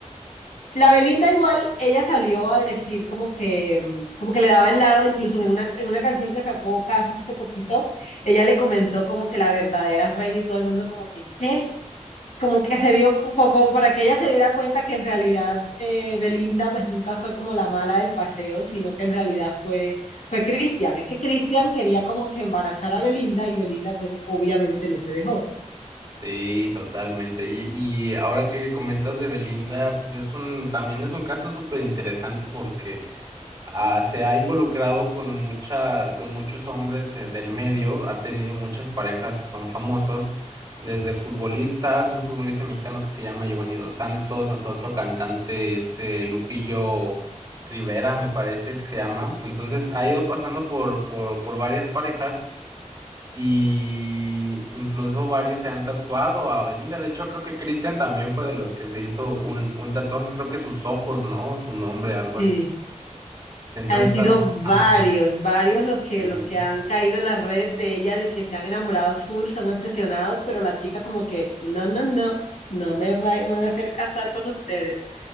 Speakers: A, on the left; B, on the right.
A: La Belinda igual, ella salió a decir como que, como que le daba el lado, incluso en una, en una canción que sacó Caso hace poquito, ella le comentó como que la verdadera reina y todo el mundo como que, ¿qué? Como que se dio, como, como para que ella se diera cuenta que en realidad eh, Belinda pues nunca fue como la mala del paseo, sino que en realidad fue, fue Cristian. Es que Cristian quería como que embarazar a Belinda y Belinda pues obviamente no se dejó.
B: Sí, totalmente. Y, y ahora que comentas de Belinda, pues es un, también es un caso súper interesante porque ah, se ha involucrado con mucha, con muchos hombres eh, del medio, ha tenido muchas parejas que son famosos, desde futbolistas, un futbolista mexicano que se llama Giovanni Dos Santos, hasta otro cantante, este Lupillo Rivera, me parece que se llama. Entonces ha ido pasando por, por, por varias parejas y incluso varios se han tatuado a Belinda. De hecho, creo que Christian también fue de los que se hizo un, un tatuaje, creo que sus ojos, ¿no? Su nombre, algo
A: Sí.
B: así. Entonces
A: Han
B: está,
A: sido
B: ajá.
A: varios, varios los que,
B: sí.
A: los que han caído en la red de ella, de que se han enamorado full, se han obsesionado, pero la chica como que, no, no, no, no me va- van a hacer casar con ustedes.